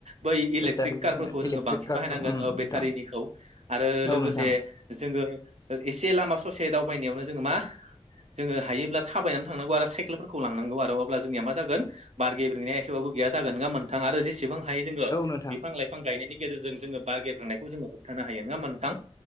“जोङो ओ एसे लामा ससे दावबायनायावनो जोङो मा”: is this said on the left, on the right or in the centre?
Right